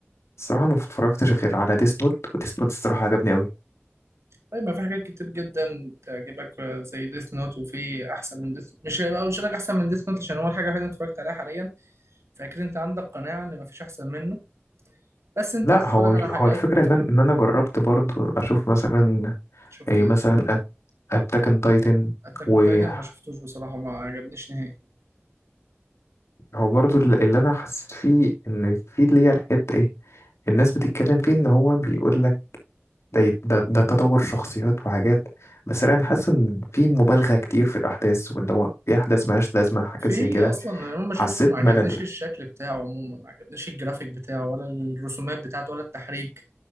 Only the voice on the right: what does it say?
طيب ما في حاجات كتير جدا تعجبك آه، زي ديث نوت وفي احسن من ديث مش هيبقى مش لك احسن من ديث نوت عشان هو الحاجه الوحيده اللي أنا اتفرجت عليها حاليا فاكيد انت عندك قناعه ان ما فيش احسن منه بس انت
تتفرج
على حاجات
شفت
ايه
تاني
اتاك
اون تايتن ما شفتوش بصراحه ما عجبنيش نهائي
في
اصلا انا لما شفته
ما عجبنيش
الشكل بتاعه عموما ما عجبنيش الجرافيك بتاعه ولا الرسومات بتاعته ولا التحريك